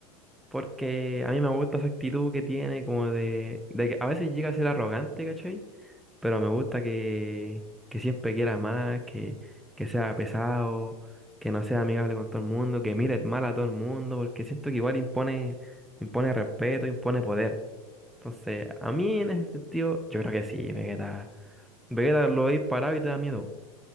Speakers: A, in the centre; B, on the right.
A: Porque a mí me gusta esa actitud que tiene, como de, de que a veces llega a ser arrogante, ¿cachai? Pero me gusta que, que siempre quiera más, que, que sea pesado, que no sea amigable con todo el mundo, que mire mal a todo el mundo, porque siento que igual impone, impone respeto, impone poder. Entonces,
B: ¿Tú,
A: a mí
B: tú decís?
A: en ese sentido, yo creo que sí, Vegeta. Vegeta lo veis parado y te da miedo.